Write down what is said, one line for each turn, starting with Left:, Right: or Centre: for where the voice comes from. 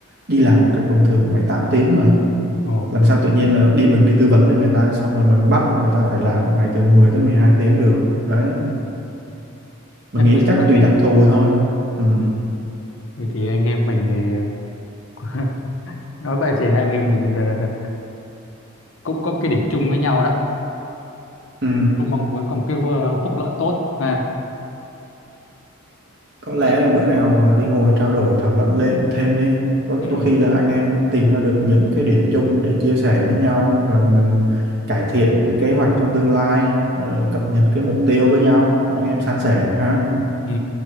Right: đi làm một cách bình thường một ngày 8 tiếng mà
Left: ồ
Right: làm sao tự nhiên là đi mình đi tư vấn cho người ta xong rồi mình bắt người ta phải làm một ngày từ mười
Left: ừ.
Right: tới 12 tiếng được đấy
Left: ừ.
Right: mình
Left: nhắc
Right: nghĩ
Left: về
Right: chắc
Left: nhớ
Right: tùy
Left: thì
Right: đặc thù thôi ừ.
Left: ừ. vậy thì anh em mình thì <laughs> nói vậy thì anh em mình ờ, cũng có cái điểm chung với nhau đó
Right: Ừ.
Left: cũng mong muốn có một cái ờ, phúc lợi tốt này
Right: có lẽ là bữa nào ờ, đi ngồi trao đổi thảo luận lên thêm đi có
Left: ừ
Right: có khi là anh em tìm ra được những cái điểm chung để chia sẻ với nhau rồi mình cải thiện cái kế hoạch trong tương lai rồi cập nhật cái mục tiêu với nhau anh em san sẻ ha
Left: ừ